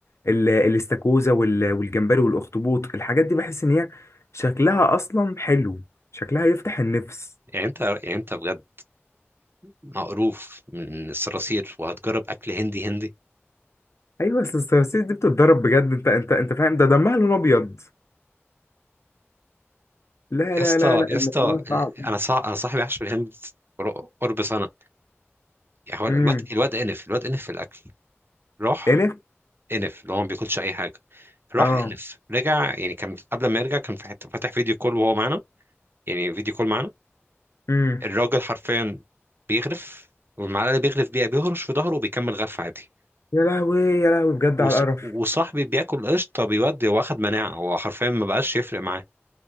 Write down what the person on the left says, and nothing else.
ال- الاستاكوزا وال- والجمبري والاخطبوط الحاجات دي بحس ان هي شكلها اصلا حلو شكلها يفتح النفس
ايوه اصل الصراصير دي بتتضرب بجد انت انت انت فاهم ده دمها لون ابيض لا
لا
لا لا
الموضوع
صعب
امم
انف
اه
امم
يا لهوي يا لهوي بجد
على القرف